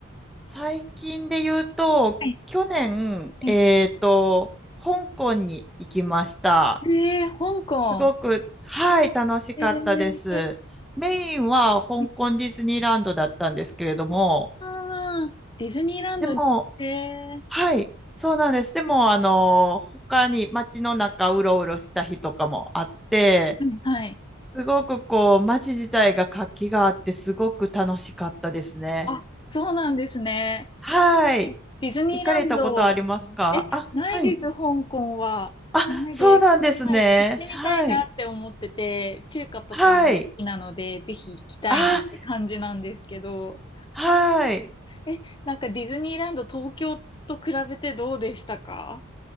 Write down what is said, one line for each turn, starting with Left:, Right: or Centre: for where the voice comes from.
Centre: 最近で言うと、
Left: はい
Centre: 去年、
Left: うん
Centre: えっと、香港に行きました。
Left: ええー、香港。
Centre: すごく、はい、楽しかったです。
Left: えうん
Centre: メインは香港ディズニーランドだったんですけれども、
Left: ー、あーディズニーランドに、
Centre: でも、
Left: ええ
Centre: はい、そうなんです。でも、あの、他に街の中うろうろした日とかもあって、
Left: はいはい。
Centre: すごくこう、街自体が活気があって、すごく楽しかったですね。
Left: あ、そうなんですね。
Centre: はい。
Left: えディズニーランド、
Centre: 行かれたことありますかあ、
Left: え、ないです、
Centre: はい。
Left: 香港は。
Centre: あ、
Left: ないです。
Centre: そうなんですね。
Left: はい、行ってみたいなって思ってて、
Centre: はい。
Left: 中華とかも好きなので、
Centre: はい。
Left: ぜひ行きたいなって感じなんですけど。
Centre: あ、はい。
Left: え、なんかディズニーランド東京と比べてどうでしたか